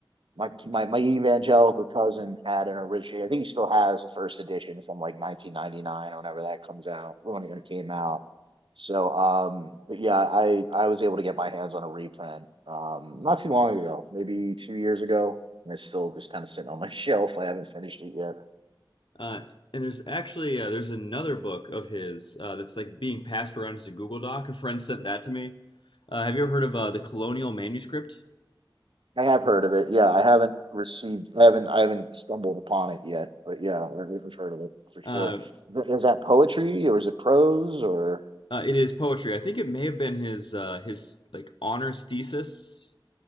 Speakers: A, on the right; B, on the left.
A: my my my evangelical cousin had an original. I think he still has the first edition from like 1999, or whenever that comes out, when it when it came out. So um, but yeah, I I was able to get my hands on a reprint um not too long ago, maybe two years ago, and it's still just kind of sitting on my <laughs> shelf. I haven't finished it yet.
B: uh, and there's actually uh, there's another book of his uh, that's like being passed around as a Google Doc. A friend sent that to me. Uh, have you ever heard of uh, the Colonial Manuscript?
A: I have heard of it. Yeah, I haven't received, I haven't, I haven't stumbled upon it yet, but yeah, I- I've heard of it for sure.
B: Uh,
A: Th- Is that poetry or is it prose or?
B: Uh, it is poetry. I think it may have been his uh, his like honors thesis,